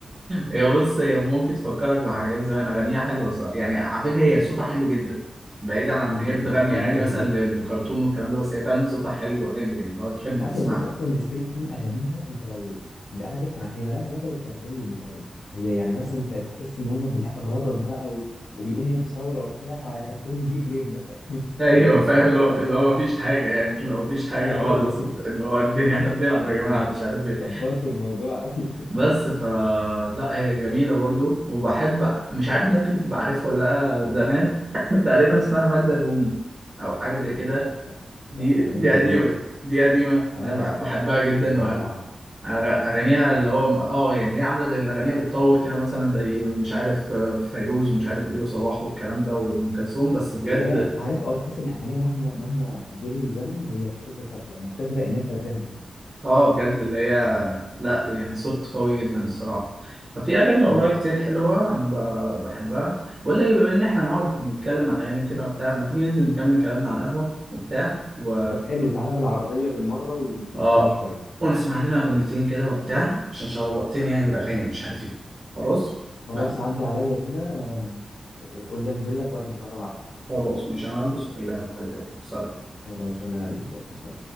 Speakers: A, on the right; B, on the left.
A: هي بص هي ممكن تفكرك بحاجات زمان أغانيها حلوة الصراحة. يعني على فكرة هي صوتها حلو جدا بعيدا عن
B: جدا
A: إن هي بتغني
B: جدا
A: أغاني مثلا
B: جدا
A: للكرتون والكلام ده بس هي فعلا صوتها حلو حلو يعني اللي هو تحب
B: انت
A: تسمعها
B: عارف الفكره اصلا ان سبيس تون اغانيها انت لو دققت في مع... هي مالهاش علاقه بالكرتون اللي بيتعرض هي يعني مثلا انت تحس ان هم بلا غضب بقى و... وبيقوموا بثوره وبتاع على كرتون جي بليد مثلا <laughs>
A: ايوه
B: يا جدعان انتوا
A: فاهم
B: مكبرين
A: اللي هو
B: الموضوع
A: اللي هو
B: قوي
A: مفيش حاجه يعني اللي هو مفيش حاجه
B: <laughs> اه
A: خالص
B: والله
A: اللي هو الدنيا احنا بنلعب
B: <laughs>
A: يا جماعه مش عارف ايه
B: كبرتوا الموضوع قوي
A: بس ف لا هي جميله
B: <laughs>
A: برضو وبحب مش
B: اه
A: عارف ممكن تبقى عارفها ولا لا زمان <laughs> تقريبا اسمها ماجدة الرومي او حاجه زي
B: ما
A: كده
B: دي تحفه
A: دي
B: تحفه ماجدة
A: دي قديمه
B: الرومي
A: دي قديمه
B: اه
A: انا بح- بحبها
B: دي
A: جدا وأغ-
B: روعة
A: اغانيها اللي هو اه يعني هي عامله زي الاغنيه بتطور كده مثلا زي مش عارف فيروز ومش عارف ايه وصباح والكلام ده وام كلثوم بس بجد
B: اللي هي عارف او تحس ان اغانيها مهما مهما جري الزمن هي تفضل ثابتة مكتسبة قيمتها زي ما هي
A: اه بجد اللي هي لا يعني صوت قوي جدا الصراحة ففي أغاني والله
B: اه
A: كتير حلوة أنا ب- بحبها بقول لك بما إن إحنا نقعد نتكلم عن أغاني كده وبتاع ما تيجي ننزل نكمل كلامنا على القهوة وبتاع و
B: طب حلو تعالى بالعربية بالمرة ونتمشى
A: اه
B: بيها شوية
A: ونسمع لنا أغنيتين كده وبتاع عشان شوقتني يعني الأغاني ومش عارف إيه خلاص
B: خلاص
A: آه،
B: عدي عليا كده آه، وقول لي انزل لك وقت ما تقرب عليا
A: خلاص مش أنا هلبس وأكلمك حبيبي يلا، سلام
B: خلاص وانا هلبس برضه